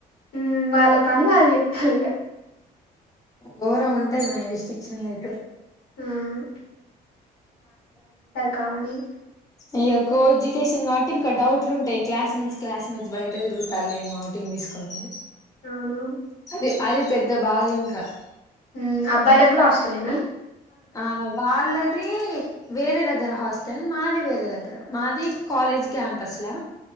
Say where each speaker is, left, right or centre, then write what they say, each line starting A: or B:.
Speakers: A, on the left (about 85°); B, on the left (about 20°).
A: ఉమ్ వాళ్ళపాని వాళ్ళ చేతలిగా
B: ఘోరం ఉంటాయి మహేస్టిక్షన్లు అయితే
A: అవును కామనీ
B: ఇ కో ఎడ్యుకేషన్ కాబట్టి ఇంకా డౌట్లు ఉంటాయి క్లాస్మేట్స్ క్లాస్మేట్స్ బయట తిరుగుతా ఏమో అవుటింగ్ తీసుకొని
A: అవునవును
B: అదే అది పెద్ద బాధ ఇంకా
A: ఉమ్ అబ్బాయిలకు కూడా హాస్టల్నా
B: ఆ వాళ్ళదీ, వేరే దగ్గర హా స్టల్, మాది వేర దగ్గర. మాదీ కాలేజ్ క్యాంపస్ లా